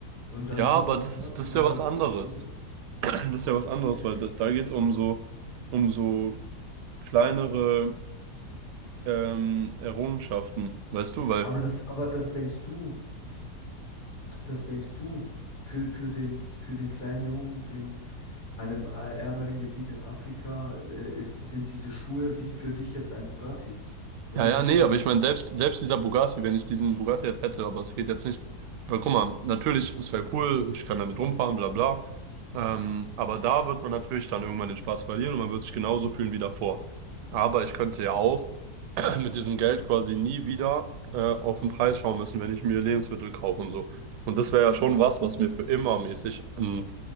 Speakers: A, on the left; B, on the right.
A: Und dann
B: Ja,
A: hast
B: aber
A: du es
B: das
A: gehabt
B: ist, das
A: und
B: ist
A: dann
B: ja was
A: wolltest
B: anderes.
A: du was anderes?
B: <clears throat> das ist ja was anderes,
A: Es geht.
B: weil da, da geht es um so, um so kleinere ähm, Errungenschaften. Weißt du, weil,
A: Aber das, aber das denkst du, d- das denkst du für, für den, für den kleinen Jungen in einem ä- ärmeren Gebiet in Afrika, äh, ist, sind diese Schuhe wie für dich jetzt ein Bugatti? Oder
B: ja, ja,
A: wie für
B: nee,
A: dich?
B: aber ich meine, selbst, selbst dieser Bugatti, wenn ich diesen Bugatti jetzt hätte, aber es geht jetzt nicht, weil guck mal, natürlich, es wäre cool, ich kann damit rumfahren, bla bla, Ähm, aber da wird man natürlich dann irgendwann den Spaß verlieren und man wird sich genauso fühlen wie davor. Aber ich könnte ja auch <clears throat> mit diesem Geld quasi nie wieder äh, auf den Preis schauen müssen, wenn ich mir Lebensmittel kaufe und so. Und das wäre ja schon was, was mir für immer mäßig einen